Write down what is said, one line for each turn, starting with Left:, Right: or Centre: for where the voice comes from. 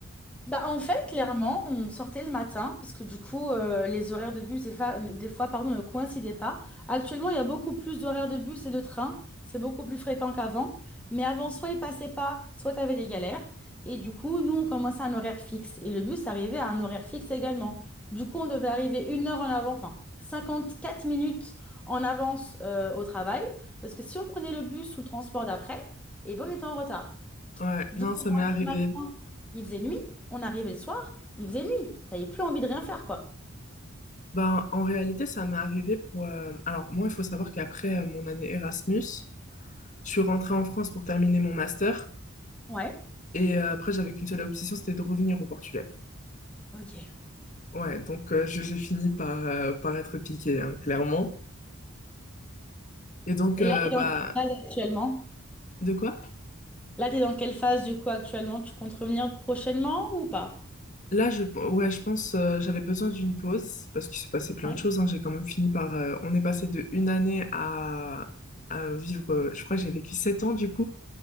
Centre: Bah, en fait, clairement, on sortait le matin parce que du coup, euh, les horaires de bus, des fois, des fois, pardon, ne coïncidaient pas. Actuellement, il y a beaucoup plus d'horaires de bus et de train. C'est beaucoup plus fréquent qu'avant. Mais avant, soit ils passaient pas, soit tu avais des galères. Et du coup, nous, on commençait à un horaire fixe. Et le bus arrivait à un horaire fixe également. Du coup, on devait arriver une heure en avant, enfin, 54 minutes en avance euh, au travail. Parce que si on prenait le bus ou le transport d'après, et ben, on était en retard.
Left: Ouais,
Centre: Du
Left: non,
Centre: coup,
Left: ça
Centre: on
Left: m'est
Centre: partait
Left: arrivé.
Centre: le matin, il faisait nuit. On arrivait le soir, il faisait nuit. T'avais plus envie de rien faire, quoi.
Left: Ben, en réalité, ça m'est arrivé pour... euh, Alors, moi, il faut savoir qu'après euh, mon année Erasmus, je suis rentrée en France pour terminer mon master.
Centre: Ouais.
Left: Et euh, après, j'avais qu'une seule obsession, c'était de revenir au Portugal.
Centre: Ok.
Left: Ouais, donc euh, je, j'ai fini par, euh, par être piquée, hein, clairement. Et donc,
Centre: Et
Left: euh,
Centre: là, t'es dans
Left: bah...
Centre: quelle phase actuellement?
Left: De quoi?
Centre: Là, t'es dans quelle phase, du coup, actuellement? Tu comptes revenir prochainement ou pas?
Left: Là, je, ouais, je pense euh, j'avais besoin d'une pause parce qu'il s'est passé plein
Centre: Ouais.
Left: de choses. hein. J'ai quand même fini par. euh, on est passé de une année à, à vivre. euh, je crois que j'ai vécu sept ans du coup.